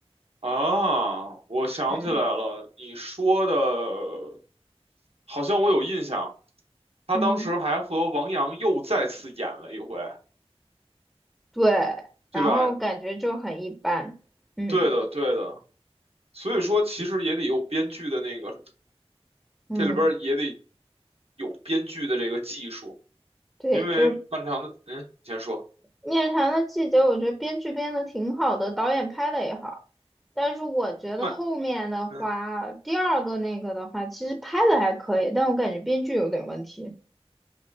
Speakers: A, on the right; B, in the centre.
A: 啊，我想起来了，
B: 嗯，
A: 你说的，好像我有印象。他当时还和王阳又再次演了一回，
B: 嗯，对，
A: 对吧？
B: 然后感觉就很一般。嗯
A: 对的，对的。所以说，其实也得有编剧的那个，
B: 嗯，
A: 这里边儿也得有编剧的这个技术，
B: 对，
A: 因为漫长的，
B: 就是
A: 嗯，你先说，
B: 面谈的季节》，我觉得编剧编的挺好的，导演拍的也好，但是我觉得后面的话，
A: 漫，嗯，
B: 第二个那个的话，其实拍的还可以，但我感觉编剧有点问题。